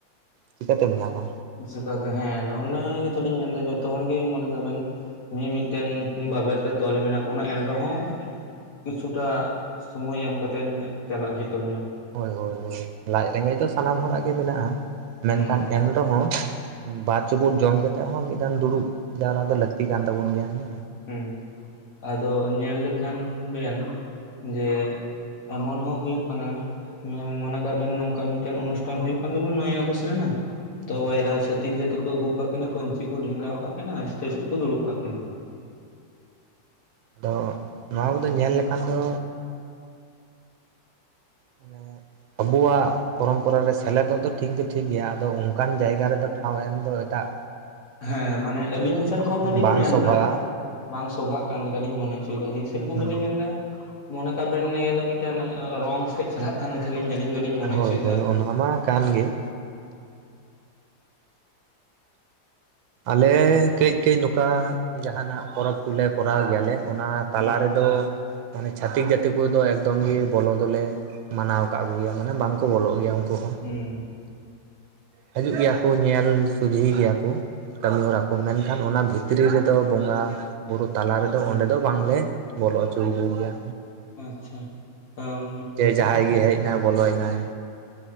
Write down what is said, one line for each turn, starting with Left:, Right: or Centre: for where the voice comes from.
Right: ᱪᱤᱠᱟᱹᱛᱮᱢ ᱧᱟᱢᱟ᱾
Left: ᱪᱮᱠᱟᱛᱮ ᱦᱮᱸ ᱚᱱᱟ ᱜᱤᱛᱚ ᱞᱤᱧ ᱢᱮᱱ ᱫᱟ ᱡᱚᱛᱚ ᱦᱚᱲ ᱜᱮ ᱢᱚᱱᱮ ᱠᱟᱜ ᱵᱮᱱᱼᱼ ᱢᱤᱼᱢᱤᱫᱴᱮᱱ ᱵᱟᱵᱮᱨ ᱛᱮ ᱛᱚᱞ ᱢᱮᱱᱟᱜ ᱵᱚᱱᱟ ᱮᱱ ᱨᱮᱦᱚᱸᱼᱼ ᱠᱤᱪᱷᱩ ᱴᱟᱜ ᱥᱚᱢᱚᱭ ᱮᱢ ᱠᱟᱛᱮᱱ ᱪᱟᱞᱟᱜ ᱦᱩᱭᱩᱜ ᱛᱟᱵᱚᱱᱟ᱾
Right: ᱦᱚᱭ ᱦᱚᱭ ᱦᱚᱭ ᱞᱟᱡ ᱨᱮᱸᱜᱮᱡ ᱫᱚ ᱥᱟᱱᱟᱢ ᱦᱚᱲᱟᱜ ᱜᱮ ᱢᱮᱱᱟᱜ-ᱟ ᱢᱮᱱᱠᱷᱟᱱ
Left: ᱦᱩᱸ
Right: ᱮᱱ ᱨᱮᱦᱚᱸᱼᱼ ᱩᱸ ᱵᱟᱨ ᱪᱩᱯᱩᱫ ᱡᱚᱢ ᱠᱟᱛᱮᱜ ᱦᱚᱸ ᱢᱤᱫ ᱫᱟᱱ ᱫᱩᱲᱩᱵ ᱡᱟᱣᱨᱟ ᱫᱚ ᱞᱟᱹᱠᱛᱤ ᱠᱟᱱ ᱛᱟᱹᱵᱩᱱ ᱜᱤᱭᱟ ᱦᱩᱸ᱾
Left: ᱦᱩᱸ ᱟᱫᱚ ᱧᱮᱞ ᱞᱮᱠᱷᱟᱱ ᱵᱮᱱ ᱡᱮᱼᱼ ᱮᱢᱚᱱ ᱦᱚᱸ ᱦᱩᱭᱩᱜ ᱠᱟᱱᱟᱼᱼ ᱩᱸ ᱢᱚᱱᱮ ᱠᱟᱜ ᱵᱮᱱ ᱱᱚᱝᱠᱟ ᱢᱤᱫᱴᱮᱱ ᱚᱱᱩᱥᱴᱷᱟᱱ ᱦᱩᱭᱩᱜ ᱠᱟᱱ ᱛᱟᱵᱚᱱᱟ ᱱᱚᱭ ᱟᱜᱚᱥᱴ ᱨᱮᱱᱟᱜᱼᱼ ᱛᱚ
Right: ᱦᱳᱭ
Left: ᱵᱟᱭᱨᱟ ᱪᱷᱟᱹᱛᱤᱠ ᱡᱟᱹᱛᱤ ᱠᱩ ᱟᱹᱜᱩ ᱠᱟᱜ ᱠᱤᱱᱟᱹ ᱯᱟᱹᱧᱪᱤ ᱠᱩ ᱰᱷᱮᱸᱜᱟᱣ ᱠᱟᱜ ᱠᱤᱱᱟ ᱮᱥᱴᱮᱪ ᱨᱮᱠᱚ ᱫᱩᱲᱩᱵ ᱠᱟᱜ ᱠᱤᱱᱟᱹ᱾
Right: ᱟᱫᱚ ᱱᱚᱣᱟ ᱠᱩᱫᱚ ᱧᱮᱞ ᱞᱮᱠᱷᱟᱱ ᱫᱚᱼᱼ ᱢᱟᱱᱮ ᱟᱹᱵᱩᱣᱟᱜᱼᱼ ᱯᱨᱚᱢᱯᱚᱨᱟ ᱨᱮ ᱥᱮᱞᱮᱫᱚᱜ ᱫᱚ ᱴᱷᱤᱠ ᱫᱚ ᱴᱷᱤᱠ ᱜᱮᱭᱟ ᱟᱫᱚ ᱚᱱᱠᱟᱱ ᱡᱟᱭᱜᱟ ᱨᱮᱫᱚ ᱴᱷᱟᱶ ᱮᱢ ᱫᱚ ᱮᱴᱟᱜᱼᱼ
Left: ᱦᱮᱸ ᱢᱟᱱᱮ ᱟᱹᱞᱤᱧ ᱴᱷᱮᱱ ᱠᱷᱚᱱ ᱫᱚᱞᱤᱧ
Right: ᱵᱟᱝ
Left: ᱢᱮᱱ
Right: ᱥᱚᱵᱷᱟᱜᱼᱟ
Left: ᱫᱟᱼᱼ ᱵᱟᱝ ᱥᱚᱵᱷᱟᱜ ᱠᱟᱱ ᱞᱮᱠᱟ ᱞᱤᱧ ᱢᱚᱱᱮ ᱩᱪᱩᱭ ᱫᱟ ᱟᱹᱞᱤᱧ
Right: ᱦᱩᱸ
Left: ᱥᱮᱱ ᱠᱷᱚᱱ
Right: ᱦᱩᱸ
Left: ᱫᱚᱞᱤᱧ ᱢᱮᱱ ᱫᱟᱼ ᱢᱚᱱᱮ ᱠᱟᱜ ᱵᱮᱱ ᱱᱤᱭᱟᱹ ᱫᱚ ᱢᱤᱫᱴᱮᱱ ᱚᱸ ᱨᱚᱝ ᱥᱮᱜ ᱪᱟᱞᱟᱜ ᱠᱟᱱ ᱞᱮᱠᱷᱟ‌ ᱟᱹᱞᱤᱧ ᱫᱚᱞᱤᱧ ᱢᱚᱱᱮ
Right: ᱦᱳᱭ
Left: ᱩᱪᱩᱭ
Right: ᱦᱳᱭ
Left: ᱫᱟ ᱟᱨᱠᱤ᱾
Right: ᱚᱱᱟ ᱢᱟ ᱠᱟᱱ ᱜᱤ ᱾ ᱟᱞᱮ ᱠᱟᱹᱡ ᱠᱟᱹᱡ ᱱᱚᱝᱠᱟ ᱡᱟᱦᱟᱸ ᱱᱟᱜᱼᱼ ᱯᱚᱨᱚᱯ ᱠᱩᱞᱮ ᱠᱚᱨᱟᱣ ᱜᱮᱭᱟ ᱞᱮ ᱚᱱᱟ ᱛᱟᱞᱟ
Left: ᱦᱩᱸ
Right: ᱨᱮᱫᱚᱼᱼ ᱢᱟᱱᱮ ᱪᱷᱟᱛᱤᱠ ᱡᱟᱹᱛᱤ ᱠᱩᱫᱚ ᱮᱠᱫᱚᱢ ᱜᱤ ᱵᱚᱞᱚ ᱫᱚᱞᱮᱼ ᱢᱟᱱᱟᱣ ᱠᱟᱜ ᱠᱚ ᱜᱤᱭᱟ ᱢᱟᱱᱮ ᱵᱟᱝ ᱠᱚ ᱵᱚᱞᱚᱜ ᱜᱮᱭᱟ ᱩᱱᱠᱩ ᱦᱚᱸ ᱾
Left: ᱦᱩᱸ᱾
Right: ᱦᱟᱹᱡᱩᱜ ᱜᱮᱭᱟ ᱠᱚ ᱧᱮᱞ ᱥᱩᱡᱷᱤ
Left: ᱦᱩᱸ
Right: ᱜᱤᱭᱟ ᱠᱚ᱾ ᱠᱟᱹᱢᱤ ᱦᱚᱨᱟ ᱠᱚ ᱢᱮᱱᱠᱷᱟᱱ ᱚᱱᱟ ᱵᱷᱤᱛᱨᱤ ᱨᱮᱫᱚ ᱵᱚᱸᱜᱟᱼᱼ ᱵᱩᱨᱩ ᱛᱟᱞᱟ ᱨᱮᱫᱚ
Left: ᱦᱮᱸ
Right: ᱚᱸᱰᱮ ᱫᱚ ᱵᱟᱝ ᱞᱮ ᱵᱚᱞᱚ ᱩᱪᱩᱣ ᱠᱩᱜᱮᱭᱟ᱾
Left: ᱟᱸᱪᱪᱷᱟ ᱚᱶᱼᱼ
Right: ᱡᱮ ᱡᱟᱦᱟᱸᱭ ᱜᱮᱭ ᱦᱮᱡ ᱱᱟᱭ ᱵᱚᱞᱚᱭᱮᱱᱟᱭ᱾